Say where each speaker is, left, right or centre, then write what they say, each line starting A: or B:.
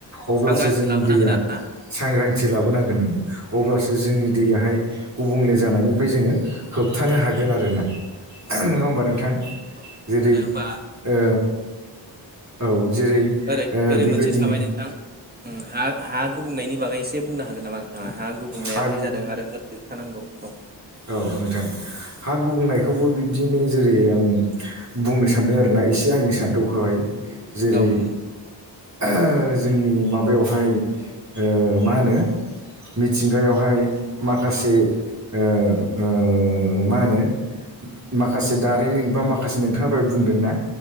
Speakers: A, on the right; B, on the right.
A: अब्लासो
B: सांग्रांथि
A: जोंनि
B: लाबोनांगोन
A: दैया
B: आरो ना
A: सांग्रांथि लाबोनांगोन अब्लासो
B: औ
A: जोंनि दैयाहाय गुबुंले जानायनिफ्राय जोङो होबथानो
B: उम
A: हागोन। गोन आरोना। नङा
B: औ
A: होमबा नोंथां
B: औ
A: जेरै
B: आरो होमबा
A: ओ औ। जेरै
B: ओरै
A: ओ
B: ओरै
A: बिबायदिनो
B: मोनसे थाबाय नोंथां उम हा-हा गुबुंनायनि बागै एसे बुंनो हागोन नामा नोंथाङा हा गुबुंनाया
A: हा
B: बोरै
A: गु
B: जादों आरो बोरै थानांगौ औ
A: औ नोंथां हा गुबुंनायखौबो बिब्दिनो जेरै आं बुंनो सान्दों आरोना एसे आंनि सान्थौखौहाय जेरै
B: औ नंगौ
A: <unintelligible> जोंनि माबायावहाय ओ मा होनो मिथिंगायावहाय माखासे
B: उम
A: ओ ओ <unintelligible> मा होनो माखासे दारिमिन बा माखासे नोंथाङा दहय बुंदों ना